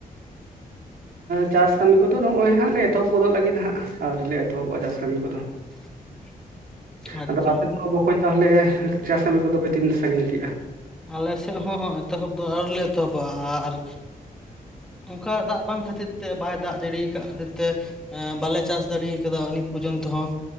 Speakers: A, in the centre; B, on the right.
A: <inaudible>
B: ᱪᱟᱥ ᱠᱟᱹᱢᱤ ᱠᱚᱫᱚ ᱱᱚᱜᱼᱚᱭ ᱦᱟᱸᱜ ᱞᱮ ᱮᱛᱚᱦᱚᱵ ᱜᱚᱫᱚᱜ ᱞᱟᱹᱜᱤᱫ ᱦᱟᱸᱜ ᱟᱨᱣᱞᱮ ᱮᱛᱚᱦᱚᱵᱚᱜᱼᱟ ᱪᱟᱥ ᱠᱟᱹᱢᱤ ᱠᱚᱫᱚ᱾
A: <inaudible> ᱟᱪᱪᱷᱟ
B: ᱟᱫᱚ ᱟᱯᱮ ᱠᱚ ᱵᱟᱚᱠᱚ ᱛᱟᱦᱚᱞᱮ ᱪᱟᱥ ᱠᱟᱹᱢᱤ ᱠᱚᱫᱚ ᱯᱮ ᱛᱤᱱ ᱥᱟᱺᱜᱤᱧ ᱠᱮᱜᱼᱟ?
A: ᱟᱞᱮᱥᱮᱫ ᱦᱚᱸ ᱮᱛᱚᱦᱚᱵ ᱫᱚ ᱟᱹᱣᱨᱤᱞᱮ ᱮᱛᱚᱦᱚᱵᱟ ᱟᱨᱹᱹᱹ ᱚᱱᱠᱟ ᱫᱟᱜ ᱵᱟᱝ ᱠᱷᱟᱹᱛᱤᱨ ᱛᱮ ᱵᱟᱭ ᱫᱟᱜ ᱡᱟᱲᱤᱭᱟ ᱟᱠᱟᱫ ᱠᱷᱟᱹᱛᱤᱨ ᱛᱮᱹᱹᱹ ᱛᱮ ᱵᱟᱞᱮ ᱪᱟᱥ ᱫᱟᱲᱮ ᱠᱟᱫᱟ ᱩᱱᱤ ᱯᱚᱨᱡᱚᱱᱛᱚ ᱦᱚᱸ᱾